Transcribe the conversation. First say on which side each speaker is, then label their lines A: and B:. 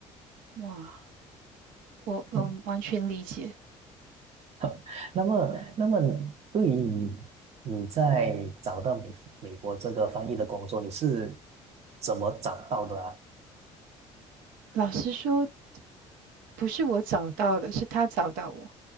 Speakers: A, on the right; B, on the right.
A: 哇，我嗯完全理解。
B: 嗯，<laughs> 那么那么对于你，你在找到美美国这个翻译的工作，你是怎么找到的啊？
A: 老实说，不是我找到的，是他找到我。